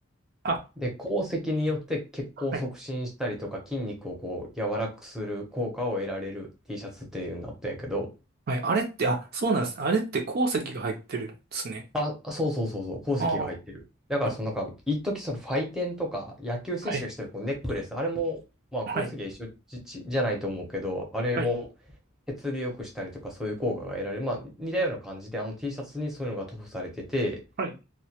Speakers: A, on the right; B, in the centre.
A: あ、
B: で、鉱石によって血行を促進したりとか、
A: はい。
B: 筋肉をこう、柔らかくする効果を得られる T シャツっていうのになったんやけど、
A: はい。あれって、あ、そうなんです。あれって鉱石が入ってるんですね。
B: あ、あそうそうそうそう、鉱石が入ってる。
A: ああ、は
B: だから、そのなんか、
A: い。
B: 一時そのファイテンとか、野球選手がしてるこうネックレス、
A: はい。
B: あれも、まあ、
A: はい。
B: 鉱石は一緒じ、じじゃないと思うけど、あれも、
A: はい。
B: 血流良くしたりとか、そういう効果が得られる。まあ、似たような感じで、あの T シャツにそういうのが塗布されてて、
A: はい。